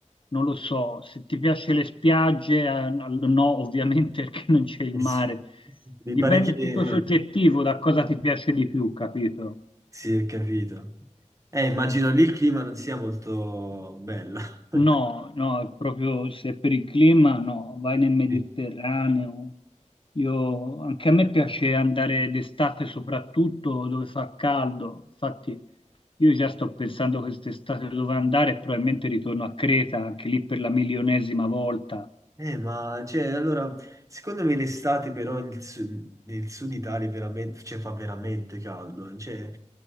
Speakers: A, on the left; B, on the right.
A: non lo so. Se ti piace le spiagge, eh, no, no, ovviamente <laughs> perché non c'è il
B: Eh
A: mare.
B: sì. Mi
A: Dipende
B: pare che...
A: è tutto
B: eh,
A: soggettivo da cosa ti piace di più, capito?
B: sì, ho capito. Eh, immagino lì il clima non sia molto bello. <laughs>
A: No, no, proprio se per il clima no, vai nel Mediterraneo.
B: Sì.
A: Io, anche a me piace andare d'estate soprattutto dove fa caldo. Infatti io già sto pensando quest'estate dove andare, e probabilmente ritorno a Creta, anche lì per la milionesima volta.
B: Eh, ma cioè, allora, secondo me l'estate però nel sud, nel sud Italia è veramente, cioè, fa veramente caldo. Cioè,